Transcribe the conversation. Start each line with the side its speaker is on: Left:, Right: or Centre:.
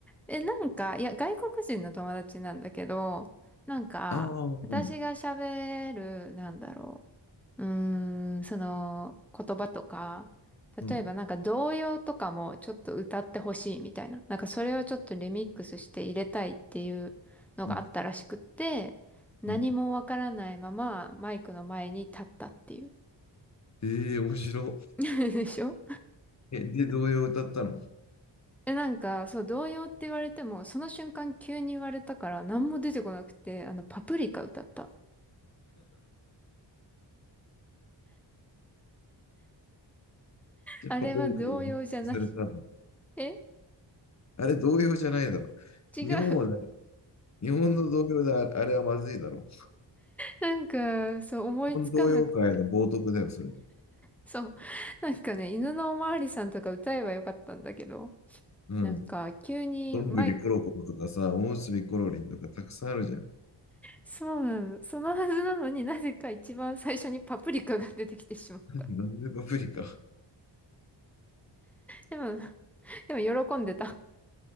Centre: え、なんか、いや、外国人の友達なんだけど、なんか、
Left: ああ、うん、
Centre: 私が喋る、なんだろう。うーん、その言葉とか、
Left: うん、
Centre: 例えばなんか童謡とかもちょっと歌ってほしいみたいな。なんかそれをちょっとリミックスして入れたいっていうのがあったらしくって、
Left: うん。
Centre: 何もわからないままマイクの前に立ったっていう。
Left: うんええ面白
Centre: <laughs> でしょ
Left: い。え、で、童謡を歌ったの
Centre: え、なんか、そう、童謡って言われても、その瞬間急に言われたから何も出てこなくて、あの、パプリカ歌った。
Left: じゃあ、
Centre: あれは童謡じゃない。
Left: パプリカで認定されたの。
Centre: え
Left: あれ、童謡じゃないだろ。
Centre: 違う。
Left: 日本はね、日本の童謡でああれはまずいだろ。
Centre: なんか、そう、思いつかなくて。
Left: 日本童謡界の冒涜だよ、それ。
Centre: そう。なんかね、犬のおまわりさんとか歌えばよかったんだけど、
Left: うん。
Centre: なんか急にマイク、
Left: どんぐりころころとかさ、おむすびころりんとかたくさんあるじゃん。
Centre: そうなの、そのはずなのになぜか一番最初にパプリカが出てきてしまった。
Left: <laughs> なんでパプリカ
Centre: でも、でも喜んでた。